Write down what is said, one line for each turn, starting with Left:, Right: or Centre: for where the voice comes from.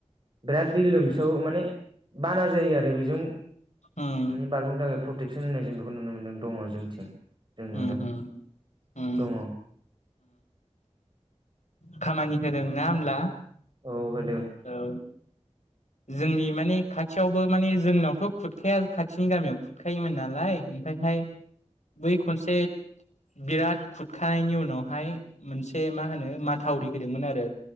Right: बिराद दै लोमसावो माने बाना जायो आरो बेजों
Left: उम
Right: माने बारग'नो थाखाय प्रटेकसन होनाय जों बेखौ नुनो मोनदों दङ जोंनिथिं। जों
Left: उम
Right: नुदों
Left: उम उम
Right: दङ।
Left: खामानि होदों ना होमब्ला?
Right: औ होदों
Left: औ जोंनि माने खाथियावबो माने जोंनावथ' खुरखाया खाथिनि गामियाव खुरखायोमोन नालाय ओमफ्रायहाय बै खनसे बिराद खुरखानायनि उनावहाय मोनसे मा होनो माथावरि होदोंमोन आरो